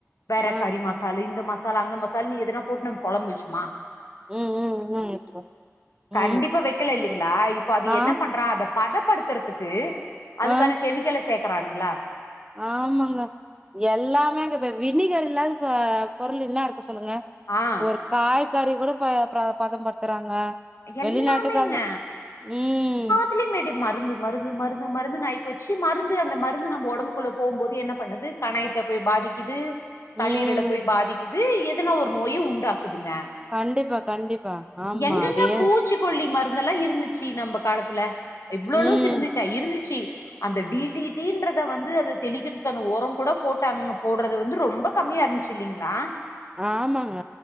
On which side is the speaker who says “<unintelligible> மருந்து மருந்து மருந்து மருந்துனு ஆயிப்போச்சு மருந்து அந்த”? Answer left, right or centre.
Left